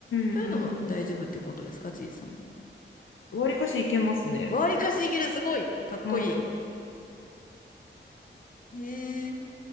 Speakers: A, on the left; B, on the left.
A: そういうのも大丈夫ってことですか、
B: うーん、なるほど。
A: ちいさん。
B: わりかしいけますね。
A: わりかしいける、すごい、かっこい
B: はい。
A: い。へえ。